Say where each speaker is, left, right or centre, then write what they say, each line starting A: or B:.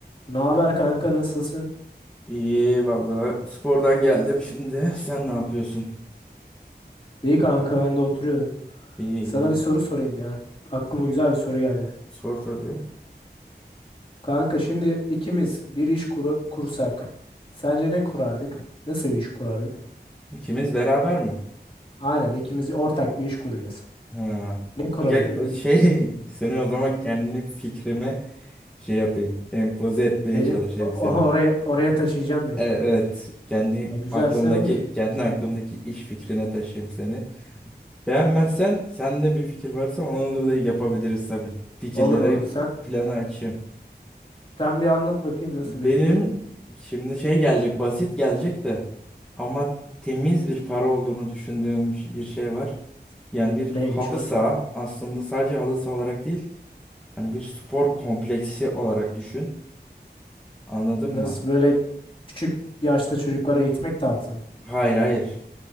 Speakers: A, on the left (about 30°); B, in the centre.
A: Ne haber kanka nasılsın?
B: İyi valla spordan geldim şimdi. Sen ne yapıyorsun?
A: İyi kanka ben de oturuyordum.
B: İyi
A: Sana
B: iyi.
A: bir soru sorayım ya. Aklıma güzel bir soru geldi.
B: Sor tabii.
A: Kanka şimdi ikimiz bir iş kuru- kursak. Sence ne kurardık? Nasıl bir iş kurardık?
B: İkimiz beraber mi?
A: Aynen ikimiz ortak bir iş kuracağız.
B: Ha.
A: Ne kurabilirdik?
B: Ya, o şey <laughs> seni o zaman kendi fikrime şey yapayım. Empoze etmeye
A: Beni
B: çalışayım
A: o-
B: seni.
A: o- oraya oraya taşıyacağım beni.
B: E, Evet. Kendi
A: Ya güzelse
B: aklımdaki
A: olur.
B: kendi aklımdaki iş fikrine taşıyayım seni. Beğenmezsen sende bir fikir varsa onu da yapabiliriz tabii. Fikirlere
A: Olur olur. Sen
B: planı açayım.
A: sen bir anlat bakayım nasıl
B: Benim
A: bir fikir?
B: şimdi şey gelecek basit gelecek de ama temiz bir para olduğunu düşündüğüm bir şey var. Yani bir
A: Neymiş
B: halı
A: o?
B: saha aslında sadece halı saha olarak değil hani bir spor kompleksi olarak düşün. Anladın
A: Nasıl
B: mı?
A: böyle küçük yaşta çocuklara eğitmek tarzı mı?
B: Hayır hayır.